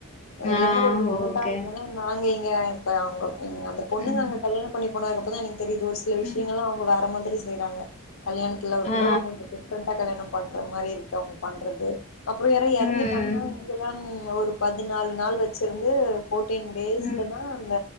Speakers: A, on the left; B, on the left.
A: எல்லாமே
B: ஆ
A: கொஞ்சோ டிஃப்ரெண்டா
B: ஓகே
A: ஏனா நாங்க ஏ இப்ப அவுங்க அந்த பொண்ணுங்க
B: ம்
A: அங்க கல்யாணம் பண்ணி <inaudible> தெரியுது ஒரு சில விஷயங்கெல்லா
B: ம்
A: அவுங்க வேற மாதிரி செய்றாங்க கல்யணத்துல
B: ஆ
A: கூட உங்களுக்கு டிஃபரண்டா கல்யாணம் பண்ற மாரி இருக்கு அவங்க பண்றது அப்ற யாரு இறந்துட்டாங்கன்னா
B: ம்
A: இங்கெல்லா ஒரு பதினாலு நாள் வச்சிருந்து ஃபோடீன் டேஸ்ல
B: ம்
A: தா அந்த